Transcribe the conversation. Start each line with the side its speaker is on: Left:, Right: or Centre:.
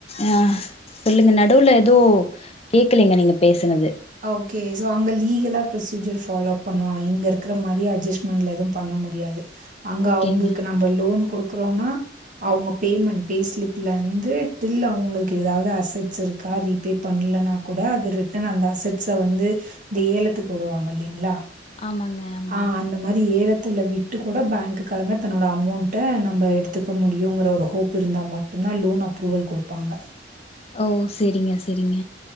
Left: ஆ சொல்லுங்க நடுவுல எதோ கேக்கலைங்க நீங்க பேசுனது
Right: ஓகே சோ அங்க லீகலா ப்ரொசீஜர் ஃபாலோ பண்ணுவாங்க இங்க இருக்குற மாரி அட்ஜஸ்ட்மெண்ட்ல எதுவு பண்ண முடியாது அங்க
Left: ஓகேங்க
Right: அவங்களுக்கு நம்ப லோன் குடுக்குறோன்னா அவங்க பேமெண்ட் பே ஸ்லிப்ல இருந்து டில் அவங்களுக்கு எதாது அசஸ்ட்ஸ் இ ருக்கா ரீபே பண்லன்னா கூட அது ரிட்டர்ன் அந்த அஸ் ஸட்ஸ வந்து இந்த ஏலத்துக்கு விடுவாங்க இல்லைங்களா
Left: ஆமாங்க ஆமா
Right: ஆ அந்த மாரி ஏலத் துல விட்டு கூட பேங்க்குக்காரங்க தன்னோட அமௌண்ட நம்ப எடுத்துக்க முடியுங்கிற ஒரு ஹோப்பக்ஷ இருந்தா மட்டுந் தா லோன் அப்ரூவல் குடுப்பாங்க
Left: ஓ சேரிங்க செரிங்க